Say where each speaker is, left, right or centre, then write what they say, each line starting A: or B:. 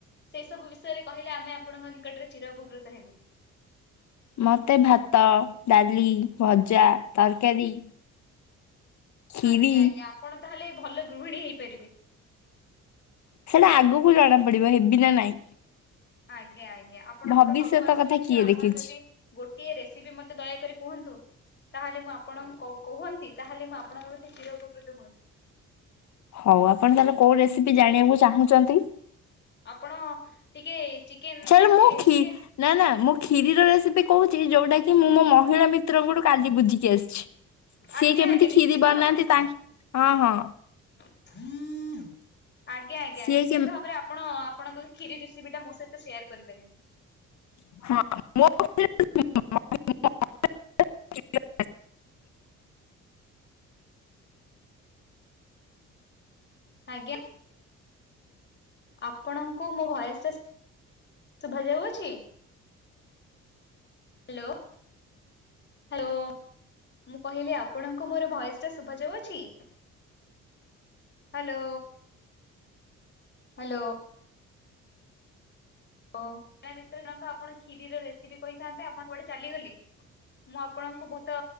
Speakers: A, on the left; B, on the left.
A: ସେଇ ସବୁ ବିଷୟରେ କହିଲେ ଆମେ ଆପଣଙ୍କ ନିକଟରେ ଚିର ଉପକୃତ ହେବୁ।
B: ମୋତେ ଭାତ, ଡାଲି, ଭଜା, ତରକାରୀ ଖିରି
A: ଆଜ୍ଞା, ଆଜ୍ଞା, ଆପଣ ତାହେଲେ ଭଲ ଗୃହିଣୀ ହେଇପାରିବେ।
B: ସେଇଟା ଆଗକୁ ଜଣାପଡ଼ିବ ହେବି ନା ନାଇଁ!
A: ଆଜ୍ଞା, ଆଜ୍ଞା, ଆପଣଙ୍କୁ
B: ଭବିଷ୍ୟତ
A: ତ ସବୁ ଆସୁଅଛି।
B: କଥା କିଏ
A: ଆଉ
B: ଦେଖିଛି।
A: ଆପଣ ଯଦି ଗୋଟିଏ ରେସିପି ମୋତେ ଦୟାକରି କୁହନ୍ତୁ। ତାହେଲେ ମୁଁ ଆପଣଙ୍କୁ କୌ କୁହନ୍ତି, ତାହେଲେ ମୁଁ ଆପଣଙ୍କ ପ୍ରତି ଚିର ଉପକୃତ ହୁଅନ୍ତି।
B: ହଉ, ଆପଣ ତାହେଲେ କୋଉ ରେସିପି ଜାଣିବାକୁ ଚାହୁଁଛନ୍ତି?
A: ଆପଣ ଟିକେ, ଚିକେନ୍
B: ଚାଲ
A: କେମତି
B: ମୁଁ ଖି
A: ଚିକେନ୍
B: ନା, ନା, ମୁଁ ଖିରିର ରେସିପି କହୁଛି, ଯୋଉଟା କିି ମୁଁ ମୋ ମହିଳା ମିତ୍ରଙ୍କଠୁ କାଲି ବୁଝିକି ଆସିଛି। ସିଏ
A: ଆଜ୍ଞା
B: ଯେମିତି
A: ଆଜ୍ଞା
B: କ୍ଷିରୀ
A: ନିଶ୍ଚିନ୍ତ
B: ବନାନ୍ତି,
A: ଭାବରେ।
B: ତାଙ୍କ ହଁ ହଁ
A: ଆଜ୍ଞା, ଆଜ୍ଞା,
B: ସିଏ
A: ନିଶ୍ଚିନ୍ତ
B: କେମ
A: ଭାବରେ ଆପଣ ଆପଣଙ୍କ ଖିରୀ ରିସିପି ଟା, ମୋ ସହିତ ସେୟାର କରିପାରିବେ।
B: <inaudible> <inaudible>
A: ଆଜ୍ଞା। ଆପଣଙ୍କୁ ମୋ ଭଏସ ଟା ଶୁଭାଯାଉଅଛି? Hello hello. ମୁଁ କହିଲି ଆପଣଙ୍କୁ ମୋର ଭଏସ ଟା ଶୁଭାଯାଉଅଛି? Hello hello. ଓ <unintelligible> ଆପଣ କ୍ଷୀରିର ରେସିପି କହିଥାନ୍ତେ ଆପଣ କୁଆଡ଼େ ଚାଲିଗଲେ? ମୁଁ ଆପଣଙ୍କୁ ବହୁତ